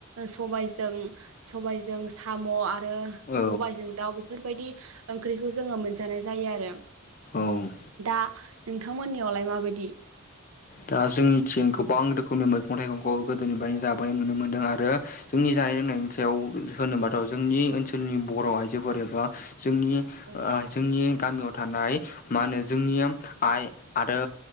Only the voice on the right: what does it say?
सबायजों सबायजों साम' आरो
सबाइजों दाउ बेफोरबायदि ओंख्रिखौ जोङो मोनजानाय जायो आरो।
दा नोंथांमोननियावलाय माबायदि?
औ